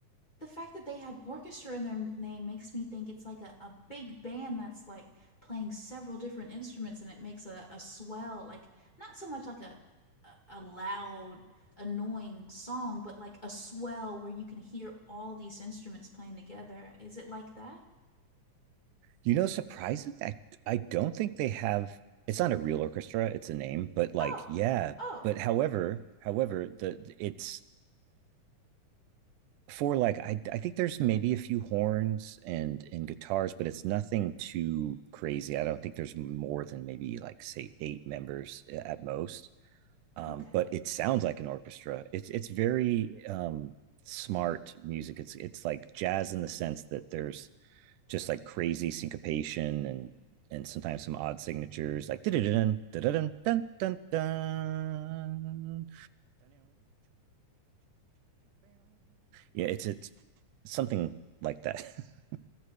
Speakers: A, on the left (about 20°); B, on the right (about 85°).
A: the fact that they have orchestra in their name makes me think it's like a, a big band that's like playing several different instruments and it makes a, a swell, like not so much like a, a a loud, annoying song, but like a swell where you can hear all these instruments playing together. Is it like that?
B: You know, surprisingly, I I don't think they have. It's not a real orchestra. It's a name, but like,
A: Oh,
B: yeah.
A: oh,
B: But however, however, the it's for like I I think there's maybe a few horns and and guitars, but it's nothing too crazy. I don't think there's more than maybe like say eight members at most. Um,
A: okay.
B: but it sounds like an orchestra. It's it's very um, smart music. It's it's like jazz in the sense that there's just like crazy syncopation and and sometimes some odd signatures like da da da dun dun dun dun dun yeah, it's it's something like that. <laughs>